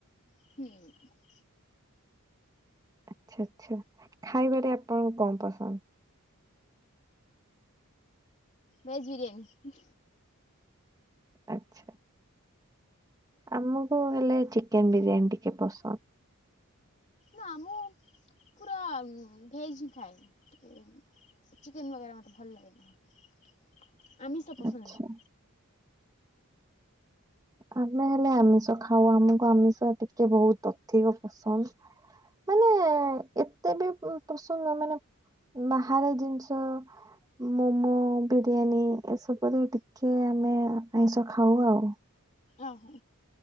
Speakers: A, on the left; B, on the right.
A: ହୁଁ।
B: ଆଛା ଆଚ୍ଛା ଖାଇବାରେ ଆପଣଙ୍କୁ କଣ ପସନ୍ଦ?
A: ଭେଜ୍ ବିରିୟାନୀ।
B: ଆଚ୍ଛା। ଆମକୁ ହେଲେ ଚିକେନ ବିରିୟାନୀ ଟିକେ ପସନ୍ଦ।
A: ନା ମୁଁ ପୁରା ଭେଜ୍ ହିଁ ଖାଏ ଟି ଚିକେନ ବଗେରା ମୋତେ ଭଲ ଲାଗେନା। ଆମିଷ ପସନ୍ଦ
B: ଆଚ୍ଛା
A: ନୁହେଁ।
B: ଆମେ ହେଲେ ଆମିଷ ଖାଉ ଆମକୁ ଆମିଷ ଟିକେ ବହୁତ ଅଧିକ ପସନ୍ଦ। ମାନେ ଏତେ ବି ପସନ୍ଦ ମାନେ ବାହାରେ ଜିନିଷ ମୋମୋ, ବିରିୟାନୀ ଏସବୁରେ ଟିକେ ଆମେ ଆଇଁଷ ଖାଉ ଆଉ।
A: ଓହୋ।